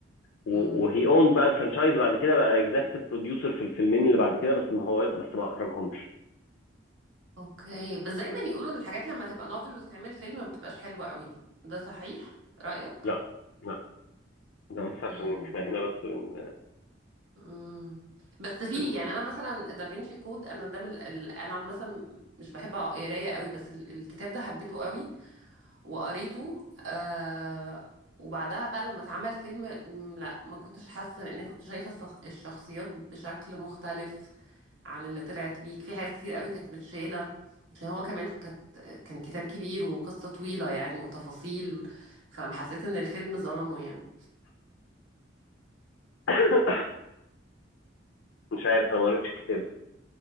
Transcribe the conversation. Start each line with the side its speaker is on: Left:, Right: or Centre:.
Left: و-
Right: م.
Left: وهي اون بقى الفرنشايز بعد كده بقى اكزكتيف بروديوسر في الفيلمين اللي بعد كده بس ما هو بس ما اخرجهمش
Right: اوكي بس دايما يقولوا ان الحاجات لما تبقى نوفل وتتعمل فيلم ما بتبقاش حلوة قوي ده صحيح رأيك
Left: لا لا ده بس عشان
Right: امم
Left: احنا هنا بس بن,
Right: امم بس في
Left: بن...
Right: يعني انا مثلا دافينشي كود انا ده من ال... ال- انا مثلا مش بحب قرايه قوي بس ال... الكتاب ده حبيته قوي وقريته آه... وبعدها بقى لما اتعمل فيلم مم، لا ما كنتش حاسه لان كنت شايفه الصخ- الشخصيات بشكل مختلف عن اللي طلعت بيه في حاجات كتير قوي كانت متشالة عشان هو كمان كانت كان كتاب كبير وقصة طويلة يعني وتفاصيل فحسيت ان الفيلم ظلمه يعني
Left: <coughs> مش عارف انا ما قريتش الكتاب